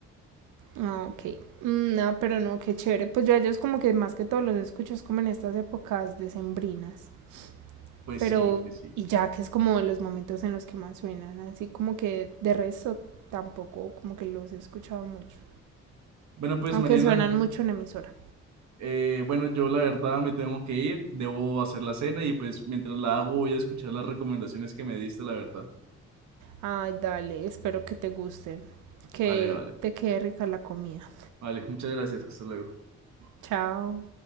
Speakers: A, on the right (about 80°); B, on the right (about 65°).
A: Ah, ok. Mm, No, pero no, qué chévere. Pues yo a ellos como que más que todo los escucho es como en estas épocas decembrinas.
B: Pues
A: Pero,
B: sí, pues sí.
A: y ya que es como los momentos en los que más suenan, así como que de resto tampoco como que los he escuchado mucho.
B: Bueno, pues
A: Aunque
B: Mariana,
A: suenan mucho en emisora.
B: Eh, bueno, yo la verdad me tengo que ir, debo hacer la cena y pues mientras la hago voy a escuchar las recomendaciones que me diste, la verdad.
A: Ay, dale, espero que te gusten. Que
B: Vale, vale,
A: te quede rica la comida.
B: vale, muchas gracias, hasta luego.
A: Chao.